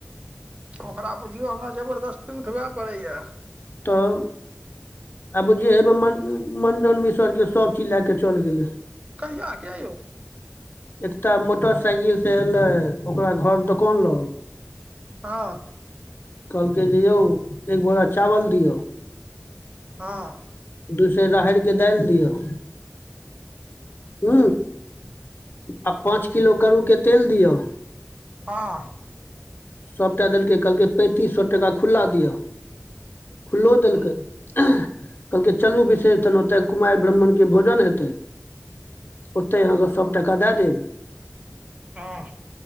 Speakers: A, on the right; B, on the left.
A: ओकरा बुझियौ। हमरा जबरदस्ती उठबैय पड़ैया।
B: तब आब जे हेब मण मण्डन मिसरके सबचीज लए कऽ चलि गेलै।
A: कहिया किया यौ?
B: एकटा मोटरसाइकिल से एयलै। ओकरा घर दोकान लग।
A: हँ।
B: कहलकै जे यौ एक बोरा चावल दियौ।
A: हँ।
B: दू सेर राहरिके दाइल दियौ। हू आ पाँच किलो करुके तेल दियौ?
A: हँ।
B: सभटा देलकै कहलकै। पैंतीस सए टका खुला दिअ खुल्लो देलकै।
A: हँ
B: कहलकै चलू विशेष तन ओतऽ कुमारि ब्राह्ममणके भोजन हेतै। ओतय अहाँके सभ टका दए देब।
A: हँ।